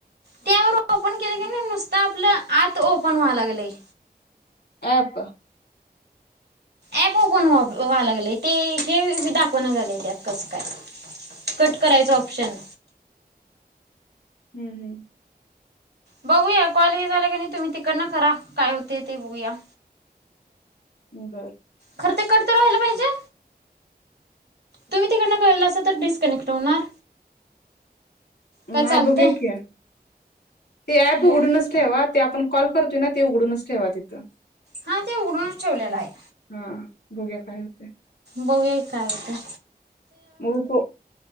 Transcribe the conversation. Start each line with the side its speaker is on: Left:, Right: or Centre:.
Right: त्यावर ओपन केल की नुसत आपलं आत ओपन व्हाय लागलंय.
Left: ऍप
Right: ऍप ओपन व्हा व्हाया लागलय ते हे हे दाखव ना झालंय त्यात कस काय कट करायच ऑप्शन
Left: हम्म हम्म
Right: बघूया कॉल हे झाला की नाही तुम्ही तिकडन करा काय होतय ते बघूया?
Left: बर
Right: खर ते कट तर व्हायला पाहिजे तुम्ही तिकडन कराल असल तर डिस्कनेक्ट होणार
Left: नाही
Right: काय चालतंय
Left: बघुया की ते ऍप
Right: बघ
Left: उघडूनच ठेवा ते आपण कॉल करतोय ना ते उघडूनच ठेवा तिथं
Right: हा ते उघडूनच ठेवल्याला हाय
Left: हा बघूया काय होतंय?
Right: बघुया की काय होतंय?
Left: मग उप